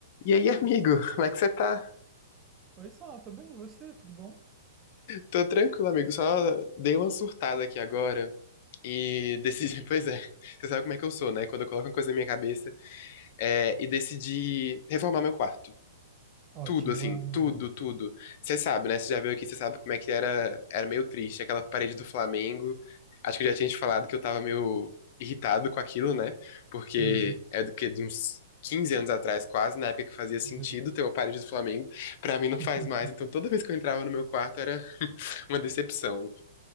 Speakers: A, on the left (about 45°); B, on the right (about 25°).
A: E aí, amigo, como é que você tá?
B: Oi, Sal, tudo bem? E você, tudo bom?
A: Tô tranquilo, amigo, só dei uma surtada aqui agora e decidi, <laughs> pois é, você sabe como é que eu sou, né? Quando eu coloco uma coisa na minha cabeça, é, e decidi reformar meu quarto.
B: Ótimo,
A: Tudo, assim,
B: amo.
A: tudo, tudo. Você sabe, né? Você já veio aqui, você sabe como é que era, era meio triste, aquela parede do Flamengo. Acho que eu já tinha te falado que eu tava meio irritado com aquilo, né? Porque
B: Sim,
A: é do que de uns 15 anos atrás, quase, na época que fazia sentido
B: beleza.
A: ter uma parede do Flamengo. Pra mim não faz
B: <laughs>
A: mais. Então toda vez que eu entrava no meu quarto era uma decepção.